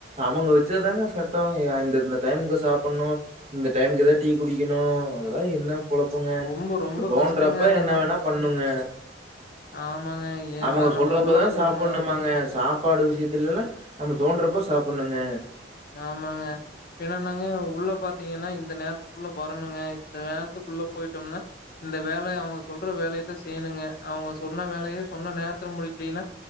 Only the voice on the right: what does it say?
அவங்க வச்சதுதாங்க சட்டோ யா இந்த இந்த டைமுக்கு சாப்பட்ணு இந்த டைமுக்கு தா டீ குடிக்கணு அதல்லா என்ன பொழப்புங்க
இப்ப தோன்றப்ப
என்ன வேணா பண்ணுங்க
அவுங்க
சொல்றப்பதா
சாப்ட்ணுமாங்கா சாப் ப்பாடு விஷயத்துலல்லா நம்ம தோன்றப்ப சாப்பட்ணுங்க